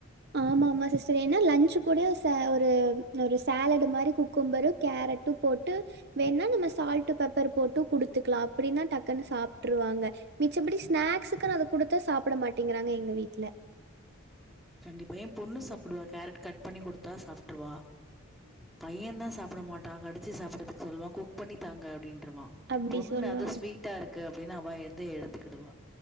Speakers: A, on the right; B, in the centre.
A: ஆமா ஆமா சிஸ்டர் ஏன்னா லஞ்சு கூட ச ஒரு ஒரு சேலடு மாரி குக்கும்பரும் கேரட் ட்டும் போட்டு வேண்னா நம்ம சால்ட்டு பெப்பர் போட்டும் குடுத்துக்கலா அப்டின்னா டக்குன்னு சாப்புட்ருவாங்க மிச்சப்படி ஸ்நாக்ஸுக்குனு அத குடுத்தா சாப்பிட மாட்டேங்கிறாங்க எங்க வீட்டுல
B: கண்டிப்பா ஏ பொண்ணு சாப்டுவா கேரட் கட் பண்ணி குடுத்தா சாப் ருவா பையே தா சாப்பட மாட்டா கடு ச்சு சாப்பறதுக்கு சொல்லுவா குக் பண்ணி தாங்க அப்படின்றவா
A: அப்டி
B: பொண்ணு
A: சொல்லுவாங்க.
B: அத ஸ்வீட் ட்டா இருக்கு அப்படின்னு அவ எந்து எடுத்துக்கிடுவா